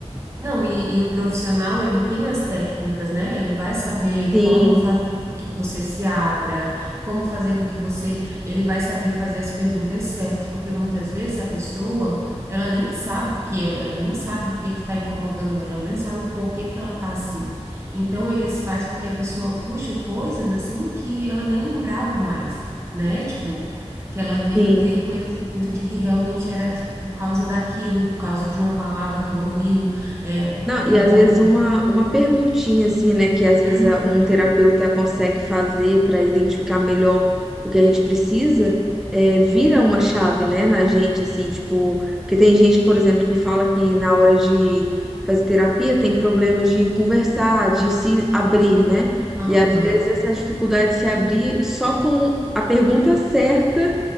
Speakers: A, on the right; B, in the centre.
A: Não, e, e o profissional, ele tem as técnicas, né? Ele vai saber
B: Sim,
A: como fazer com que você se abra, como fazer com que você. Ele vai saber fazer as perguntas certas, porque muitas vezes a pessoa, ela nem sabe o que é, ela nem sabe o que que está incomodando ela, ela nem sabe o porquê que ela tá assim. Então, eles fazem com que a pessoa puxe coisas assim que ela nem lembrava mais, né? Tipo. Que ela vem
B: sim.
A: ter conhecimento de que realmente era por causa daquilo, por causa de uma palavra que ela ouviu, é, por,
B: Não, e
A: por
B: às
A: conta.
B: vezes uma, uma perguntinha assim, né, que às vezes
A: Uhum,
B: a- um terapeuta consegue fazer para identificar melhor o que a gente precisa, é, vira uma chave, né, na gente, assim, tipo, porque tem gente, por exemplo, que fala que na hora de fazer terapia tem problemas de conversar, de se abrir, né?
A: aham,
B: E às vezes essa dificuldade de se abrir só com a pergunta certa